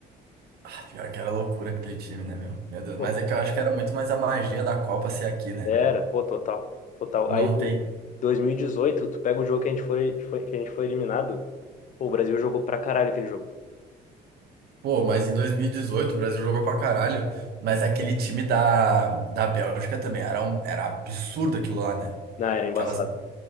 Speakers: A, on the right; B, on the left.
A: ah, pior que era loucura aquele time, né, meu? Meu Deus,
B: Pô,
A: mas é que eu acho que era muito mais a magia da Copa ser aqui, né?
B: era, pô, total, total.
A: Não
B: Aí, pô,
A: tem.
B: 2018, tu pega o jogo que a gente foi, que foi, que a gente foi eliminado. Pô, o Brasil jogou pra caralho aquele jogo.
A: Pô, mas em 2018 o Brasil jogou pra caralho, mas aquele time da, da Bélgica também era, um, era absurdo aquilo lá, né?
B: Não, era embaçado.
A: Aquela